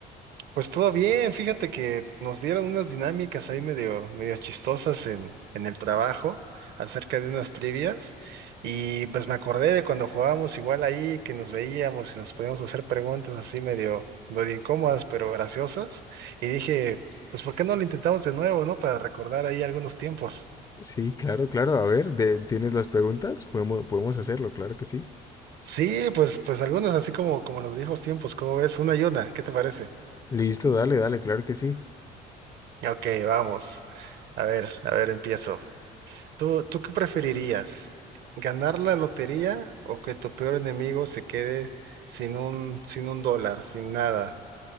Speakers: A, on the right; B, on the left.
A: Pues todo bien, fíjate que nos dieron unas dinámicas ahí medio, medio chistosas en, en el trabajo acerca de unas trivias y pues me acordé de cuando jugábamos igual ahí, que nos veíamos y nos podíamos hacer preguntas así medio, medio incómodas pero graciosas y dije, pues ¿por qué no lo intentamos de nuevo, no? Para recordar ahí algunos tiempos.
B: Sí, claro, claro. A ver, de- ¿tienes las preguntas? Podemos, podemos hacerlo, claro que sí.
A: Sí, pues, pues algunas así como, como los viejos tiempos, ¿cómo ves? Una y una, ¿qué te parece?
B: Listo, dale, dale, claro que sí.
A: Ok, vamos. A ver, a ver, empiezo. ¿Tú, tú qué preferirías? ¿Ganar la lotería o que tu peor enemigo se quede sin un, sin un dólar, sin nada?